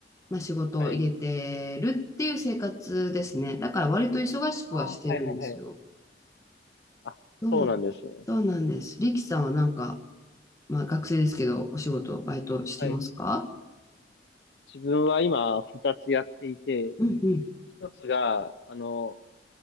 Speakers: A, on the left; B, on the left.
A: まあ、仕事を入れてるっていう生活ですね。
B: はい。
A: だから割と忙しくはしてるんですよ。
B: ああはいはいはい。あ、そうなんですね。
A: うん。そうなんです。リキさんはなんか、まあ、学生ですけど、お仕事、バイトしてますか
B: はい。自分は今、二つやっていて、
A: うんうん。
B: 一つが、あの、